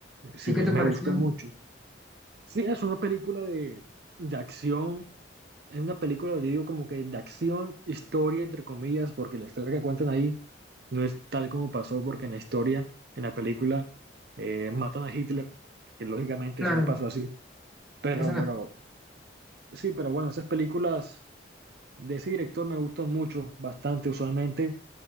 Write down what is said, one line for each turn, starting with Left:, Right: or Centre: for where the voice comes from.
Right: Sí,
Centre: ¿Y qué
Right: me,
Centre: te
Right: me
Centre: pareció?
Right: gustó mucho. Sí, es una película de, de acción. Es una película, le digo, como que de acción, historia, entre comillas, porque la historia que cuentan ahí no es tal como pasó, porque en la historia, en la película, eh, matan a Hitler, que lógicamente
Centre: Claro,
Right: eso no pasó así. Pero
Centre: es una
Right: bueno, sí, pero bueno, esas películas de ese director me gustan mucho, bastante usualmente.